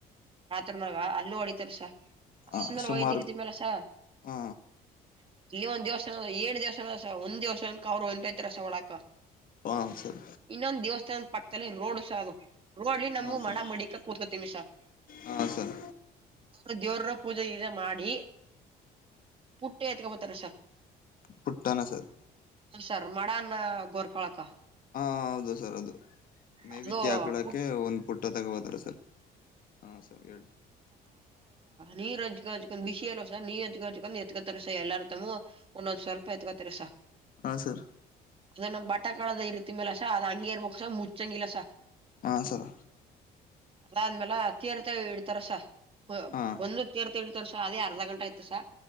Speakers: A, on the right; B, on the left.
A: ರಾತ್ರಿನಾಗ ಅಲ್ ಅಲ್ಲಿ ಹೊಡಿತಾರೆ ಸರ್. <unintelligible>
B: ಹ ಸುಮಾರು
A: ಸರ್ <unintelligible>
B: ಹ
A: ಇಲ್ಲಿ ಒಂದ್ ದೇವಸ್ಥಾನ ಎಟ್ ದೇವಸ್ಥಾನ ಅದ ಸರ್ ಒಂದ ದೇವಸ್ಥಾನಕ್ಕೂ ಅವ್ರರು <unintelligible> ತರಸ ಒಳಕ
B: ಹ ಸರ್
A: ಇನ್ನೊಂದು ದೇವಸ್ಥಾನ ಪಕ್ಕದಲ್ಲಿ ರೋಡ ಸಾ ಅದು ನೋಡ್ಲಿ ನಮ್ಮ
B: ಹಾ ಸರ್
A: ಮಡ ಮಡಿಕೊಂಡ ಕೂತ್ಕೋತೀನಿ ಸರ್
B: ಹಾ ಸರ್
A: ಅವ್ರ ದೇವ್ರು ಪೂಜೆ ಈರ ಮಾಡಿ ಪುಟ್ಟೆಯತಗೊಬಾತ ತರಸಾ
B: ಪುಟ್ಟಾನ ಸರ್
A: ಹ ಸರ್ ಮಾಡನ್ ಗೋರ್ಕೊಳಕ್ಕ
B: ಹಾ ಹಾ ಹೌದು ಸರ್ ಅದು ನೈವೇದ್ಯ
A: ಅದು
B: ಆಕಳಕ್ಕೆೆ
A: ಪುಟ್
B: ಒಂದ್ ಪುಟ್ಟ ತಗೋಬೋದಾರ ಸರ್ ಹಾ ಸರ್ ಹೇಳಿ
A: ನೀರ್್ಜ್ಜಕ ಹಜ್ಕೊಂಡ್ ಬಿಸಿ ಎಲ್ಸ ನೀರ್ಜ್ಗ ಹಚ್್ಕೊಂಡ್ ಎತ್ಕೋತಾರಸ ಎಲ್ಲಾರ ತಮ್ಮೂ ಒಂದೊಂದ್ ಸ್ವಲ್ಪ ಎತ್ಕತ್ತಾರಸ
B: ಹಾ ಸರ್
A: ಅದನ್ನ ಬಟಾ ಕಳದ ಇರ್ತಿ ಮ್ಯಲ ಸ ಅದ ಹಂಗಗೆ ಇರ್ಬಕ್ ಸ ಮುಚ್ಚ ಚಂಗಿಲ್ಲಸ
B: ಹಾ ಸರ್
A: ಅದಾದ್ಮೇಲೆ ತೀರ್ತ ಇಡ್ತಾರಸ ಹ
B: ಹಾ
A: ಬಂದು ತೀರ್ಥ ತೀರ್ಥರಸ ಅದೇ ಅರ್ಧ ಗಂಟ ಆಯತ ಸರ